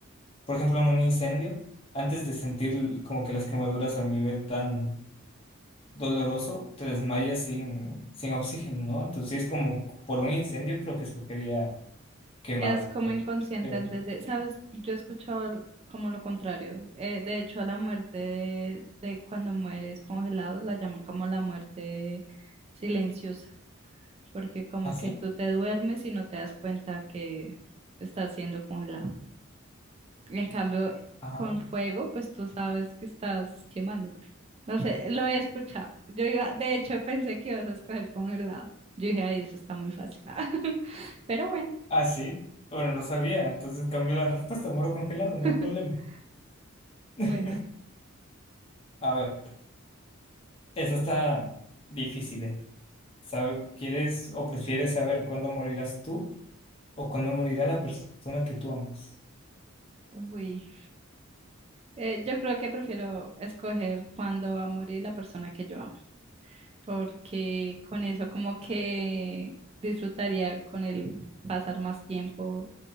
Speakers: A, on the left (about 25°); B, on the right (about 30°).
A: por ejemplo, en un incendio, antes de sentir l- como que las quemaduras a un nivel tan doloroso, te desmayas sin, sin oxígeno, ¿no? Entonces, si es como por un incendio, creo que escogería quemado,
B: Quedas como inconsciente
A: creo
B: antes
A: yo.
B: de, ¿sabes? Yo he escuchado como lo contrario. Eh, de hecho, a la muerte de, de cuando mueres congelado la llaman como la muerte silenciosa, porque como
A: ¿Ah, sí?
B: que tú te duermes y no te das cuenta que estás siendo congelado. En cambio,
A: Ajá.
B: con fuego, pues tú sabes que estás quemándote. No sé, lo he escuchado. Yo iba, de hecho, pensé que ibas a escoger congelado. Yo dije, ay, eso está muy fácil. <laughs> Pero bueno,
A: ¿Ah, sí? Bueno, no sabía, entonces cambió la respuesta, muero congelado,
B: <laughs>
A: no hay problema. <laughs>
B: bueno.
A: A ver, eso está difícil, ¿eh? ¿Sabe, quieres o prefieres saber cuándo morirás tú? o cuando morirá la persona que tú amas.
B: Uy. Eh, yo creo que prefiero escoger cuándo va a morir la persona que yo amo, porque con eso como que disfrutaría con él pasar más tiempo,